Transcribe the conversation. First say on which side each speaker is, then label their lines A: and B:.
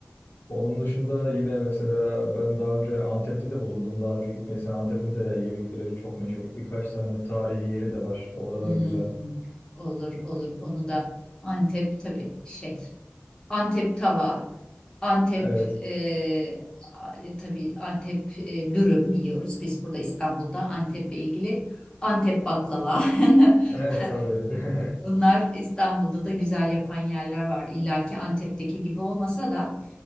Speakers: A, on the left; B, on the left.
A: onun dışında yine mesela ben daha önce Antep'te de bulundum. Daha önce gitmediysen Antep'in de yemekleri çok meşhur. Birkaç tane tarihi yeri de var. Orada
B: Hmm,
A: da güzel.
B: olur olur onu da Antep tabii şey. Antep tava. Antep
A: Evet.
B: e, a- e, tabii Antep e, dürüm yiyoruz. Biz burada İstanbul'da Antep'le ilgili Antep baklava. <laughs>
A: Evet tabii. <laughs>
B: Bunlar İstanbul'da da güzel yapan yerler var. İlla ki Antep'teki gibi olmasa da